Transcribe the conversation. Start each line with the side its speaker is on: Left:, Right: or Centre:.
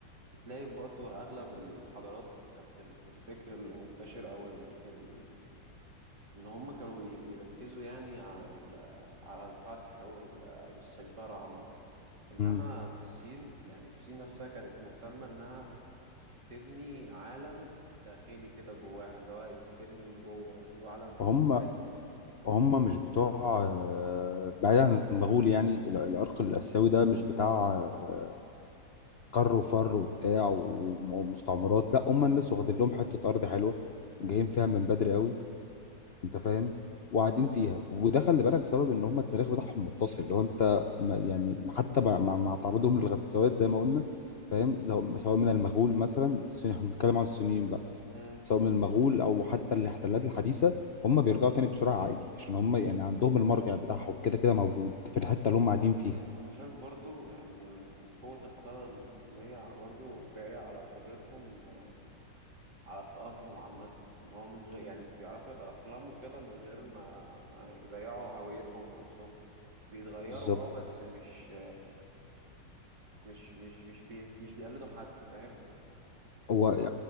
Right: بتلاقي برضو أغلب الحضارات كانت ال- الفكر اللي منتشر أو ال... ال... إن هم كانوا بي... بيركزوا يعني على ال... على الفتح وال... والسيطرة عامة إنما
Left: مم.
Right: في الصين يعني الصين نفسها كانت مهتمة إنها تبني عالم داخلي كده جواها اللي هو تبني من جوه يعملوا عالم
Left: وهم
Right: متماسك
Left: هم مش بتوع آه، بعيد عن المغول يعني الع- العرق
Right: مم.
Left: الآسيوي ده مش بتاع آه، كر وفر وبتاع وم- ومستعمرات لا هم الناس واخدين لهم حتة أرض حلوة
Right: مم.
Left: جايين فيها من بدري قوي انت فاهم وقاعدين فيها وده خلي بالك سبب ان هم التاريخ بتاعهم متصل اللي هو انت ما يعني حتى مع, مع مع تعرضهم للغزوات زي ما قلنا فاهم زو- سواء من المغول مثلا الصين- احنا بنتكلم عن الصينيين بقى
Right: مم.
Left: سواء من المغول او حتى الاحتلالات الحديثه هم بيرجعوا تاني بسرعه عادي عشان هم
Right: مم.
Left: يعني عندهم المرجع بتاعهم كده كده موجود في الحته اللي هم قاعدين فيها
Right: أنا شايف برضو يعني إن من- إن قوة الحضارة الصينية برضو جاية على قدرتهم آه، على التأقلم عامة إن هو من غير يعني بيعرفوا يتأقلموا كده من غير ما ما يضيعوا هويتهم ونفسهم بيتغيروا
Left: بالظبط
Right: اه بس مش مش مش مش بينس مش بيقلدوا حد فاهم
Left: هو